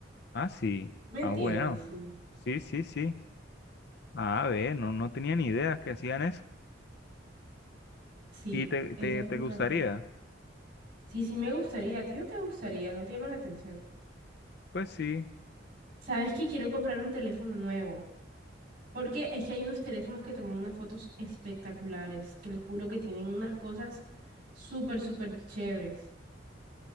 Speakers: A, on the left; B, on the right.
A: Ah, sí.
B: ¿Me
A: Ah,
B: entiendes?
A: bueno.
B: Sí.
A: Sí, sí, sí. Ah, ve, no, no tenía ni idea que hacían eso.
B: Sí,
A: ¿Y te,
B: eso
A: te,
B: es
A: te
B: lo
A: gustaría?
B: que hace. Sí, sí me gustaría. ¿A ti no te gustaría? ¿No te llama la atención?
A: Pues sí.
B: ¿Sabes que quiero comprar un teléfono nuevo? Porque es que hay unos teléfonos que toman unas fotos espectaculares. Te lo juro que tienen unas cosas súper, súper chéveres.